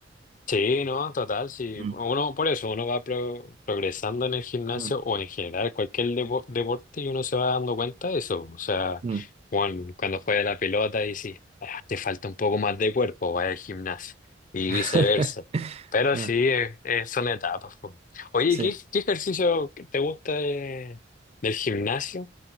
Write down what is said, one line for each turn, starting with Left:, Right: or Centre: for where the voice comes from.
Left: sí, no, total, sí.
Right: Mm.
Left: Uno, por eso, uno va pro- progresando en el gimnasio
Right: mm,
Left: o en general cualquier depo- deporte y uno se va dando cuenta de eso. O sea,
Right: mm.
Left: cuan- cuando juega la pelota y si te falta un poco más de cuerpo, va al gimnasio y
Right: <laughs>
Left: viceversa. Pero
Right: Ah,
Left: sí, eh, eh, son etapas. po. Oye,
Right: Sí.
Left: ¿qué, qué ejercicio que te gusta de- del gimnasio?